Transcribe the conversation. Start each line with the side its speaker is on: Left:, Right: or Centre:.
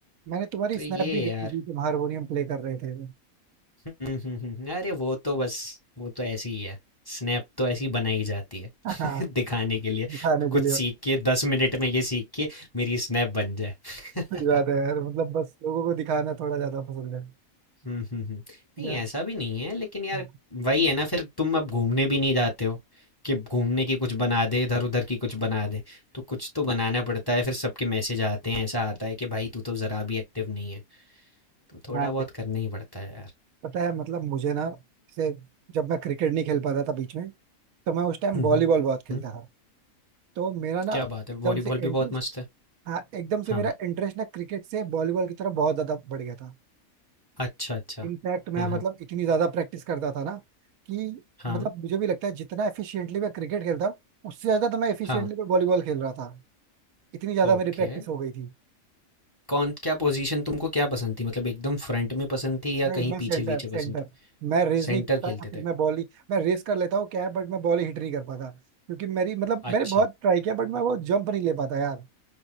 Right: मैंने तुम्हारी
Left: तो
Right: स्नैप
Left: ये है
Right: भी देखी
Left: यार।
Right: थी तुम हारमोनियम प्ले कर रहे थे
Left: हुँ, हुँ, हुँ, हुँ। अरे वो तो बस वो तो ऐसी ही है। स्नैप तो ऐसी बनाई जाती है
Right: हाँ
Left: <laughs> दिखाने के लिए।
Right: दिखाने
Left: कुछ
Right: के लिए
Left: सीख के 10 मिनट में ये सीख के मेरी स्नैप बन जाए।
Right: सही बात
Left: <laughs>
Right: है यार मतलब बस लोगों को दिखाना थोड़ा ज्यादा पसंद है
Left: हुँ, हुँ, हुँ। नहीं
Right: या
Left: ऐसा भी नहीं है लेकिन यार
Right: हाँ
Left: वही है ना फिर तुम अब घूमने भी नहीं जाते हो कि घूमने की कुछ बना दे, इधर-उधर की कुछ बना दे। तो कुछ तो बनाना पड़ता है फिर सबके मैसेज आते हैं, ऐसा आता है कि भाई तू तो ज़रा भी एक्टिव नहीं है। तो थोड़ा
Right: हाँ
Left: बहुत करना ही पड़ता है यार।
Right: पता है मतलब मुझे ना जैसे जब मैं क्रिकेट नहीं खेल पाता था बीच में तो मैं उस टाइम
Left: हुँ,
Right: वॉलीबॉल
Left: हुँ,
Right: बहुत खेलता
Left: हुँ।
Right: था तो मेरा ना
Left: क्या बात है!
Right: एकदम
Left: वॉलीबॉल
Right: से
Left: भी
Right: इंटरेस्ट
Left: बहुत मस्त है।
Right: हाँ एकदम से
Left: हाँ,
Right: मेरा इंटरेस्ट ना क्रिकेट से वॉलीबॉल की तरफ बहुत ज्यादा बढ़ गया था
Left: अच्छा, अच्छा।
Right: इनफैक्ट मैं
Left: हाँ,
Right: मतलब
Left: हाँ।
Right: इतनी ज्यादा प्रैक्टिस करता था ना कि
Left: हाँ,
Right: मतलब मुझे भी लगता है जितना एफिशिएंटली मैं क्रिकेट खेलता हूँ उससे ज्यादा तो मैं एफिशिएंटली
Left: हाँ,
Right: वॉलीबॉल खेल रहा था इतनी ज्यादा
Left: ओके।
Right: मेरी प्रैक्टिस हो गई थी
Left: कौन क्या पोज़ीशन तुमको क्या पसंद थी? मतलब एकदम फ्रंट में पसंद थी या
Right: नहीं
Left: कहीं
Right: मैं सेंटर
Left: पीछे-पीछे
Right: सेंटर
Left: पसंद थी?
Right: मैं रेस
Left: सेंटर
Right: नहीं करता
Left: खेलते
Right: या फिर
Left: थे?
Right: मैं बॉल ही मैं रेस कर लेता हूँ क्या है बट मैं बॉल ही हिट नहीं कर पाता क्योंकि मेरी मतलब मैंने
Left: अच्छा,
Right: बहुत ट्राई किया बट मैं वो जंप नहीं ले पाता यार